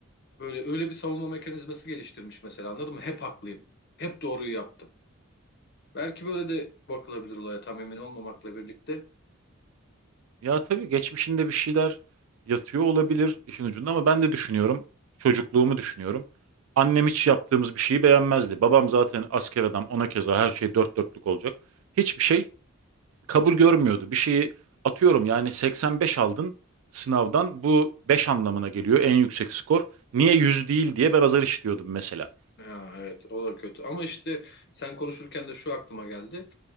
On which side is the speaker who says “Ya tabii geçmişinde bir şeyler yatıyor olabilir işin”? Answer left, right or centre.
Right